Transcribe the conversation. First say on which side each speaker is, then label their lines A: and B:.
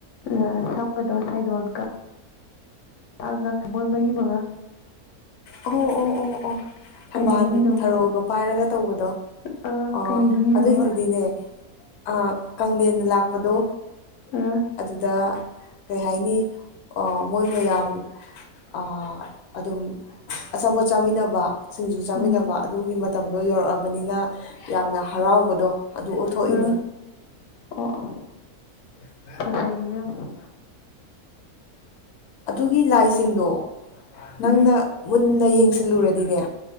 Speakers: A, on the left; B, on the left.
A: ꯑ ꯁꯝꯒꯗꯣ ꯁꯥꯏꯗꯣꯟ ꯀ ꯀꯛꯑꯒ ꯃꯣꯏ ꯃꯔꯤ ꯃꯉꯥ
B: ꯑꯣ ꯑꯣ ꯑꯣ ꯑꯣ ꯊꯝꯕꯥꯟ
A: ꯀꯩ ꯍꯥꯏꯅꯤꯡꯉꯤꯅꯣꯕ
B: ꯊꯔꯣꯒ ꯄꯥꯏꯔꯒ ꯇꯧꯕꯗꯣ
A: ꯑꯥ
B: ꯑꯣ
A: ꯀꯩ ꯍꯥꯏꯅꯤꯡꯉꯤꯅꯣꯕ
B: ꯑꯗꯨꯏꯗꯨꯗꯤꯅꯦ ꯑ ꯀꯪꯂ‌ꯦꯟꯅ ꯂꯥꯛꯄꯗꯣ
A: ꯑꯥ
B: ꯑꯗꯨꯗ ꯀꯩ ꯍꯥꯏꯅꯤ ꯑꯥ ꯃꯣꯏ ꯃꯌꯥꯝ ꯑꯥ ꯑꯗꯨꯝ ꯑꯆꯥꯄꯣꯠ ꯆꯥꯃꯤꯟꯅꯕ ꯁꯤꯡꯖꯨ ꯆꯥꯃꯤꯟꯅꯕ
A: ꯎꯝ
B: ꯑꯗꯨꯒꯤ ꯃꯇꯝꯗꯣ ꯌꯧꯔꯛꯑꯕꯅꯤꯅ ꯌꯥꯝꯅ ꯍꯔꯥꯎꯕꯗꯣ ꯑꯗꯨ ꯎꯠꯊꯣꯛꯏꯅꯦ
A: ꯑꯥ ꯑꯣ ꯑꯣ
B: <inaudible>
A: ꯐꯖꯩ ꯏꯕꯦꯝꯃ
B: ꯑꯗꯨꯒꯤ ꯂꯥꯏꯁꯤꯡꯗꯣ ꯅꯪꯅ
A: ꯎꯝ
B: ꯃꯨꯟꯅ ꯌꯦꯡꯁꯤꯜꯂꯨꯔꯗꯤꯅꯦ